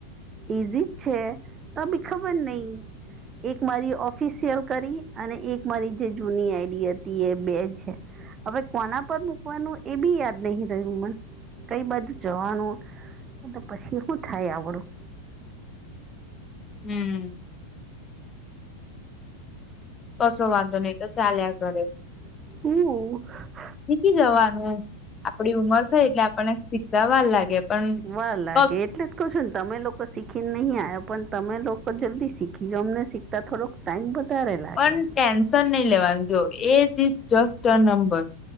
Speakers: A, on the right; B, on the left.
A: ઈઝી જ છે તોબી ખબર નઇ. એક મારી ઓફિશિયલ કરી અને એક મારી જે જૂની આઈ ડી હતી એ બે છે. હવે કોના પર મૂકવાનું એ બી યાદ નહી રહ્યું મન કઈ બાજુ જવાનું તો પછી હું થાય આવડું.
B: હમ્મ. કસો વાંધો નહી એ તો ચાાલ્યા કરે.
A: <unintelligible>
B: શીખી જવાનું, આપડી ઉમર થઈ એટલે આપણને શીખતા વાર લાગે. પણ
A: વાર લાગે.
B: બસ
A: એટલે કવ છું ને તમે લોકો શીખીને નહીં આવ્યા પણ તમે લોકો જલ્દી શીખી અમને શીખતા થોડોક ટાઈમ વધારે લાગે.
B: પણ ટેન્શન નહી લેવાનું જો age is just a number.